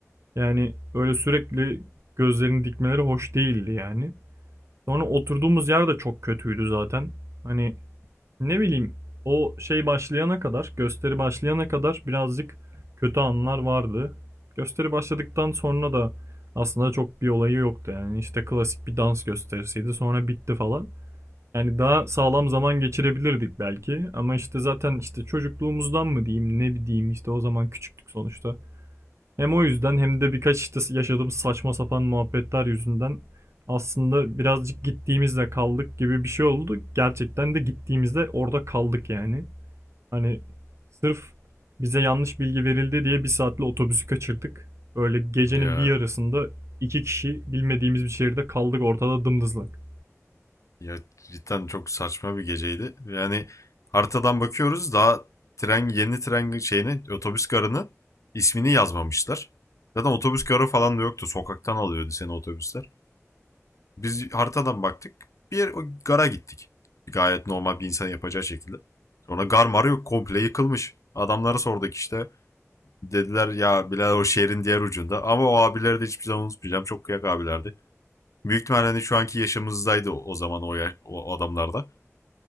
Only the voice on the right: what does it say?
Yani öyle sürekli gözlerini dikmeleri hoş değildi yani. Sonra oturduğumuz yer de çok kötüydü zaten. Hani ne bileyim o şey başlayana kadar, gösteri başlayana kadar birazcık kötü anlar vardı. Gösteri başladıktan sonra da aslında çok bir olayı yoktu yani. İşte klasik bir dans gösterisiydi sonra bitti falan. Yani daha sağlam zaman geçirebilirdik belki ama işte zaten işte çocukluğumuzdan mı diyeyim ne diyeyim işte o zaman küçüktük sonuçta. Hem o yüzden hem de birkaç işte yaşadığımız saçma sapan muhabbetler yüzünden aslında birazcık gittiğimizde kaldık gibi bir şey oldu. Gerçekten de gittiğimizde orada kaldık yani. Hani sırf bize yanlış bilgi verildi diye bir saatli otobüsü kaçırdık. Öyle gecenin
bir yarısında iki kişi bilmediğimiz bir şehirde kaldık ortada dımdızlak.